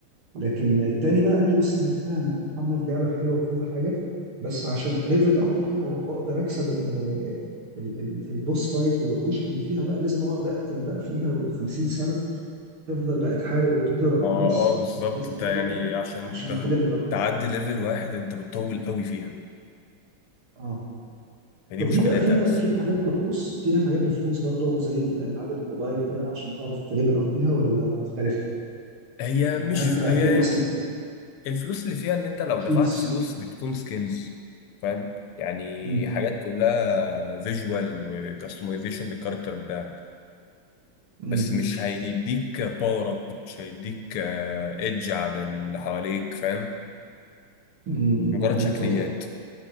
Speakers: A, on the right; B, on the left.
A: لكن التاني بقى قال لي بص انا لعبتها يا محمد لعبه حلوه وكل حاجه بس عشان اليفل اب فيها واقدر اكسب ال ال- ال- البوس فايت والوحوش اللي فيها بقى لازم اقعد اقتل بقى فيها و50 سنه تفضل بقى تحارب وتضرب
B: ما
A: في
B: اه
A: ناس
B: بالظبط
A: تضرب في ناس
B: انت
A: كتيره
B: يعني
A: جدا
B: عشان
A: عشان
B: ت-
A: تليفل اب
B: تعدي ليفل واحد انت بتطول قوي فيها
A: اه
B: هي دي
A: طب
B: مشكلتها
A: دي بقى فيها
B: بس
A: فيها حاجات بفلوس فيها حاجات بفلوس برضه زي الالعاب الموبايل كده عشان تعرف تليفل اب فيها ولا مختلف
B: هي
A: يعني
B: مش
A: هل
B: فل...
A: في- هل
B: هي
A: فيها مثلا
B: يعني الفلوس اللي فيها اللي انت لو
A: شيتس
B: دفعت فلوس بتكون سكنز فاهم يعني
A: امم
B: حاجات كلها فيجوال وكاستمايزيشن للكاركتر بتاعك
A: امم
B: بس مش هيديك باور اب مش هيديك ايدج على اللي حواليك فاهم
A: امم
B: مجرد
A: فهمت
B: شكليات
A: قصدك